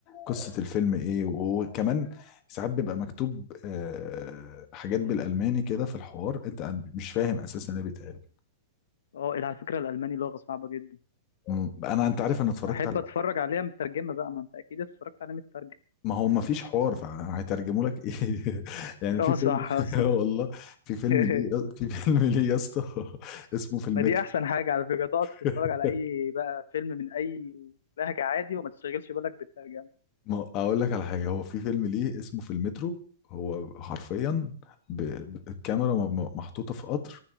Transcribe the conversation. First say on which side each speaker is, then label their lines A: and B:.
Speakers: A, on the left; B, on the left.
A: قصة الفيلم ايه وهو كمان ساعات بيبقى مكتوب آه، حاجات بالالماني كده في الحوار انت مش فاهم اساسا ايه بيتقال
B: اه على فكرة الالماني لغة صعبة جدا
A: مم، انا انت عارف انا اتفرجت
B: ما احب
A: على
B: اتفرج عليها مترجمة بقى ما انت اكيد اتفرجت عليها مترجمة
A: ما هو ما فيش حوار فهيترجموا لك ايه <laughs> يعني
B: <laughs>
A: في
B: اه
A: فيلم
B: صح اه صح
A: <laughs> والله في فيلم
B: <laughs>
A: ليه في فيلم ليه يا اسطى <laughs> اسمه في المترو
B: ما دي احسن حاجة على فكرة تقعد تتفرج
A: <laughs>
B: على اي بقى فيلم من اي لهجة عادي وما تشغلش بالك بالترجمة
A: ما اقول لك على حاجه هو في فيلم ليه اسمه في المترو هو حرفيا ب... ب- الكاميرا م... م- محطوطه في قطر